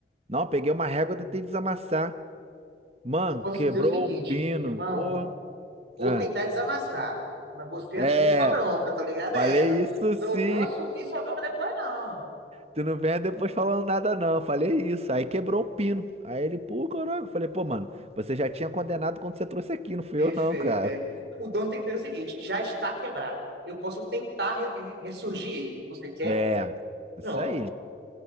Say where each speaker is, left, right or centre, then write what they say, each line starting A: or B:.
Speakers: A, on the right (about 35°); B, on the right (about 65°).
A: Não, peguei uma régua e tentei desamassar. Mano,
B: Eu posso
A: quebrou
B: dizer o seguinte,
A: o pino.
B: irmão,
A: Pô.
B: vou
A: Ah,
B: tentar desamassar, mas você
A: é,
B: assume sua bronca, tá ligado?
A: falei
B: É, não,
A: isso
B: não
A: sim.
B: vou assumir sua bronca depois, não.
A: Tu não venha depois falando nada, não. Falei isso. Aí quebrou um pino. Aí ele, pô, caraca. Eu Falei, pô, mano, você já tinha condenado quando você trouxe aqui, não fui
B: Perfeito,
A: eu, não, cara.
B: é. O dono tem que entender o seguinte, já está quebrado. Eu posso tentar re- re- ressurgir ele. Você quer?
A: É, isso
B: Pronto.
A: aí.